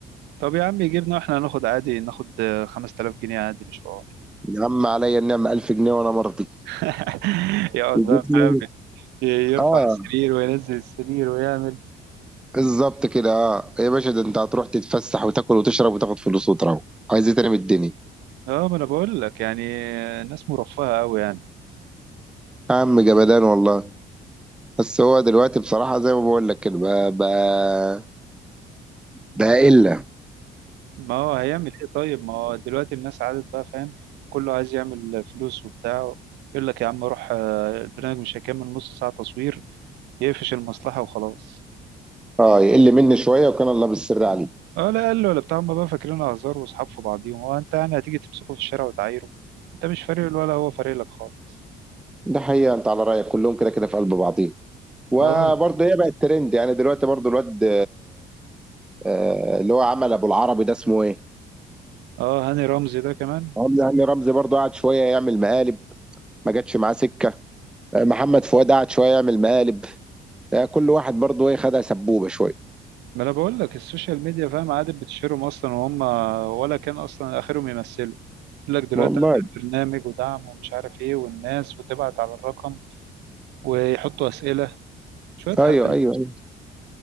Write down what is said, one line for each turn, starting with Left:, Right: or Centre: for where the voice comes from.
Right: طب يا عم يجيبنا واحنا هناخد عادي ناخد 5000 جنيه عادي مش حوار
Centre: يا عم عليا النعمه 1000 جنيه وانا مرضي
Right: <laughs> يقعد
Centre: يجيب
Right: بقى
Centre: لي
Right: فاهم يرفع
Centre: اه
Right: السرير وينزل السرير ويعمل
Centre: بالظبط كده اه يا باشا ده انت هتروح تتفسح وتاكل وتشرب وتاخد فلوس وتروح عايز ايه تاني من الدنيا
Right: اه ما انا بقول لك يعني الناس مرفهة قوي يعني
Centre: يا عم جمدان والله بس هو دلوقتي بصراحه زي ما بقول لك كده بقى بقى بقى الا
Right: ما هو هيعمل ايه طيب ما هو دلوقتي الناس عادت بقى فاهم كله عايز يعمل فلوس وبتاع يقول لك يا عم روح آه، البرنامج مش هيكمل نص ساعة تصوير يقفش المصلحة وخلاص
Centre: اه يقل مني شويه وكان الله بالسر عليه
Right: اه لا قال له ولا بتاع هم بقى فاكرين هزار واصحاب في بعضيهم هو انت يعني هتيجي تمسكه في الشارع وتعايره انت مش فارق له ولا هو فارق لك خالص
Centre: ده حقيقه انت على رايك كلهم كده كده في قلب بعضيهم وبرضه
Right: اه
Centre: هي بقت ترند يعني دلوقتي برضه الواد آه، اللي هو عمل ابو العربي ده اسمه ايه
Right: اه هاني رمزي ده كمان
Centre: رمزي هاني رمزي برضه قعد شويه يعمل مقالب ما جاتش معاه سكه آه، محمد فؤاد قعد شويه يعمل مقالب آه، كل واحد برضه ايه خدها سبوبه شويه
Right: ما انا بقول لك السوشيال ميديا فاهم عادي بتشهرهم اصلا وهم ولا كان اصلا اخرهم يمثلوا يقول لك دلوقتي
Centre: والله
Right: اعمل برنامج ودعم ومش عارف ايه والناس وتبعت على الرقم ويحطوا اسئله شويه
Centre: ايوه
Right: هبل
Centre: ايوه ايوه